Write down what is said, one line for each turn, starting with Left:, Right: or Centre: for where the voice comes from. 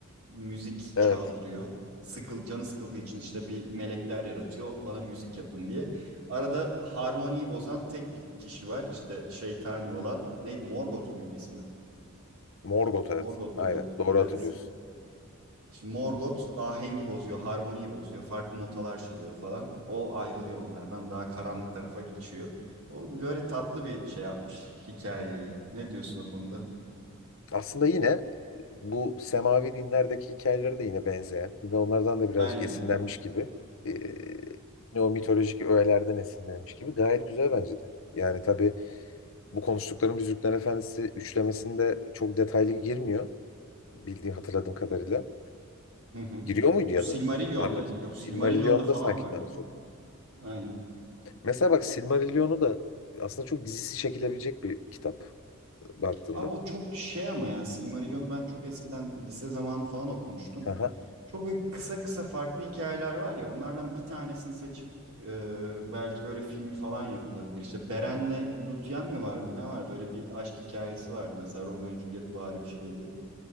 Right: müzik
Left: Evet.
Right: çaldırıyor. Sıkıl, canı sıkıldığı için işte bir melekler yaratıyor. Bana müzik yapın diye. Arada harmoniyi bozan tek bir kişi var. İşte şeytani olan. Neydi? Morgoth muydu ismi?
Left: Morgoth evet.
Right: Morgoth'tu
Left: Aynen.
Right: galiba.
Left: Doğru
Right: Evet.
Left: hatırlıyorsun.
Right: Şimdi Morgoth ahengi bozuyor, harmoniyi bozuyor, farklı notalar çalıyor falan. O ayrılıyor onlardan, daha karanlık tarafa geçiyor. O böyle tatlı bir şey yapmış hikayeyi. Ne diyorsun o konuda?
Left: Aslında yine e, bu semavi dinlerdeki hikayeleri de yine benzeyen, yine onlardan da birazcık
Right: Aynen.
Left: esinlenmiş gibi, e, yine o mitolojik öğelerden esinlenmiş gibi gayet güzel bence de. Yani tabii bu konuştuklarım Yüzüklerin Efendisi üçlemesinde çok detaylı girmiyor bildiğim hatırladığım kadarıyla.
Right: Hı hı.
Left: Giriyor muydu ya
Right: Bu Silmarillion'da,
Left: da Margot'un?
Right: yok
Left: Bu Silmarillion'da
Right: Silmarillion'da falan
Left: sanki
Right: vardı.
Left: daha çok.
Right: Aynen.
Left: Mesela bak Silmarillion'u da aslında çok dizisi çekilebilecek bir kitap e, baktığında.
Right: Abi o çok şey ama ya Silmarillion'u ben çok eskiden lise zamanı falan okumuştum.
Left: Aha.
Right: Çok böyle kısa kısa farklı hikayeler var ya onlardan bir tanesini seçip e, belki böyle filmi falan yapılabilir. İşte Beren'le Lúthien mi vardı ne vardı öyle bir aşk hikayesi vardı mesela Romeo Juliet vari bir şeydi.